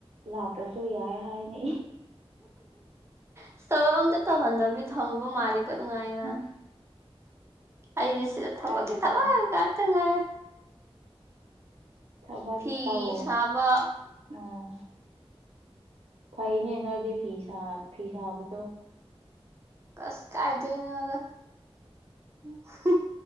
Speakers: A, on the right; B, on the right.
A: ꯂꯥꯛꯇ꯭ꯔꯁꯨ ꯌꯥꯏ ꯍꯥꯏꯅꯤ
B: ꯏꯁ ꯊꯕꯛ ꯑꯝꯇ ꯇꯧꯍꯟꯗꯕꯤ ꯊꯝꯕ ꯃꯥꯂꯤꯀꯣ ꯅꯨꯡꯉꯥꯏꯅ
A: ꯑꯁ
B: ꯑꯩꯗꯤ ꯁꯤꯗ ꯊꯕꯛꯀꯤ
A: ꯀꯥꯏꯗꯒꯤꯅꯣ
B: ꯊꯕꯛ ꯉꯥꯛꯇ ꯉꯥꯏ
A: ꯊꯕꯛ
B: ꯐꯤ
A: ꯇꯧ
B: ꯁꯥꯕ
A: ꯑꯣ ꯐꯩꯅꯦ ꯅꯣꯏꯗꯤ ꯐꯤ ꯁꯥ ꯐꯤ ꯁꯥꯕꯗꯣ
B: ꯑꯁ ꯀꯥꯏꯗꯩꯅꯣꯗ <unintelligible>